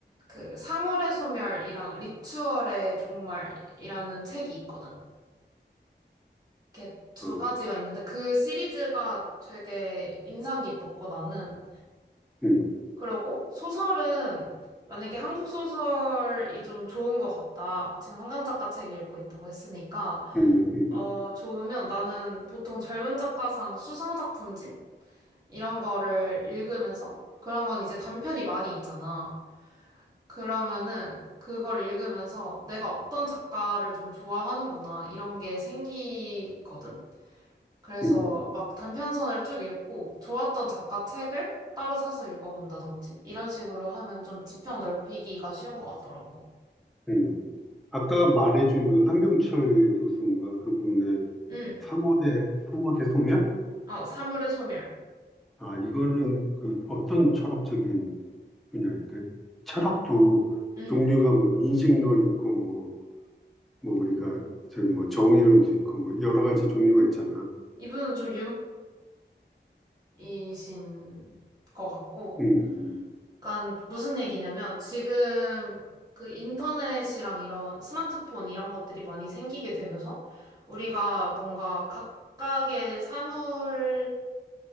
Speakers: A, on the right; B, in the centre.
A: 그 사물의 소멸이랑 리추얼의 종말이라는 책이 있거든. 이렇게 두
B: 어,
A: 가지가 있는데 그 시리즈가 되게 인상 깊었고 나는
B: 음,
A: 그러고 소설은 만약에 한국 소설이 좀 좋은 것 같다. 지금 한강 작가 책 읽고 있다고 했으니까
B: 음, 음,
A: 어 좋으면 나는 보통 젊은 작가상 수상 작품집 이런 거를 읽으면서 그런 건 이제 단편이 많이 있잖아. 그러면은 그걸 읽으면서 내가 어떤 작가를 좀 좋아하는구나 이런 게 생기거든. 그래서
B: 음.
A: 막 단편선을 쭉 읽고 좋았던 작가 책을 따로 사서 읽어본다든지 이런 식으로 하면 좀 지평 넓히기가 쉬운 것 같더라고.
B: 음, 아까 말해준 그 한병철 교수인가 그분의
A: 응.
B: 3월의 3월의 소멸?
A: 어, 사물의 소멸.
B: 아, 이거는 그 어떤 철학적인 분야인가? 철학도
A: 응.
B: 종류가 뭐 인식론 있고 뭐, 뭐 우리가 저뭐 정의론도 있고 뭐 여러 가지 종류가 있잖아.
A: 이분은 좀 유물론적이신 것 같고
B: 음,
A: 그러니까 무슨 얘기냐면 지금 그 인터넷이랑 이런 스마트폰 이런 것들이 많이 생기게 되면서 우리가 뭔가 각각의 사물의